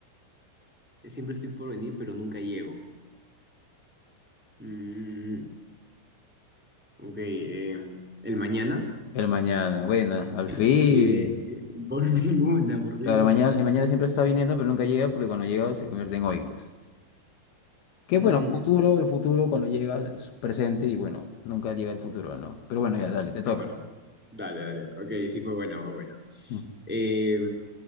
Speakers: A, in the centre; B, on the left.
A: yo siempre estoy por venir, pero nunca llego. Mm, ok. em, el mañana.
B: El mañana,
A: No.
B: bueno, al fin.
A: Bien, bien. Por <laughs> ninguna, por
B: Claro,
A: ninguna.
B: el mañana, el mañana siempre está viniendo, pero nunca llega porque cuando llega se convierte en hoy, pues. Que
A: Mm,
B: bueno, futuro, el futuro cuando llega es presente y bueno, nunca llega el futuro, ¿no? Pero bueno, ya, dale, te
A: Es
B: toca.
A: verdad. Dale, dale. Ok, sí fue buena, fue buena.
B: Mm.
A: Eh,